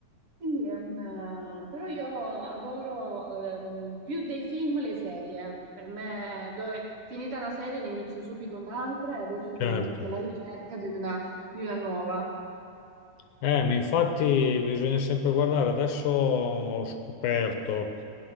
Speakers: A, on the right; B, on the left.
A: Quindi, ehm, però io adoro ehm, più dei film le serie. Per me, dove- finita una serie, ne inizio subito un'altra e adesso sono
B: certo.
A: infatti alla ricerca di una, di una nuova.
B: Eh, ma infatti bisogna sempre guardare, adesso ho scoperto